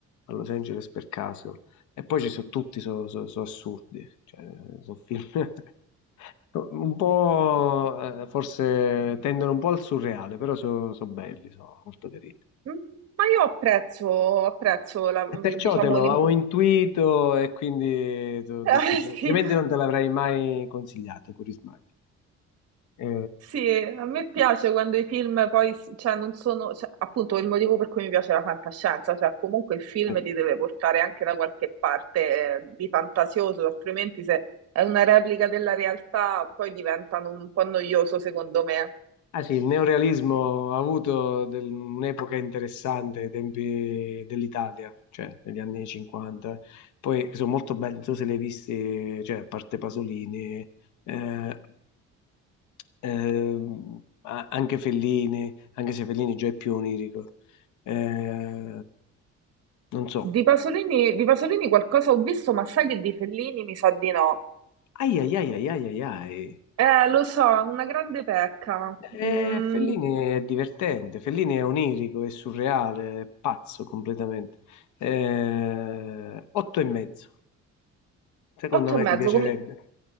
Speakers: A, on the left; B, on the right.
A: A Los Angeles per caso. E poi ci sono tutti, sono assurdi, cioè, sono film <laughs> un po', eh, forse tendono un po' al surreale, però sono belli, sono molto carini.
B: Mm, Ma io apprezzo, apprezzo la-
A: E perciò
B: diciamo,
A: te lo
B: l'importanza.
A: avevo intuito e quindi ti ho
B: <laughs>
A: detto, altrimenti non te l'avrei mai consigliato, Corisma. Eh,
B: Sì, a me piace quando i film poi, s- cioè, non sono, cioè, appunto, il motivo per cui mi piace la fantascienza, cioè, comunque il film
A: eh.
B: ti deve portare anche da qualche parte, eh, di fantasioso, altrimenti se è una replica della realtà, poi diventano un po' noioso, secondo me.
A: Ah sì, il neorealismo ha avuto del- un'epoca interessante ai tempi dell'Italia, cioè negli anni 50. Poi sono molto belli, non so se li hai visti, cioè, a parte Pasolini, eh, ehm, a- anche Fellini, anche se Fellini già è più onirico. Eh, non so.
B: Di Pasolini, di Pasolini qualcosa ho visto, ma sai che di Fellini mi sa di no.
A: Ai ai ai ai ai ai ai.
B: Eh, lo so, è una grande pecca.
A: Eh,
B: Mm,
A: Fellini è divertente, Fellini è onirico, è surreale, è pazzo completamente. Eh, otto e mezzo, secondo
B: otto
A: me
B: e mezzo,
A: ti piacerebbe.
B: com-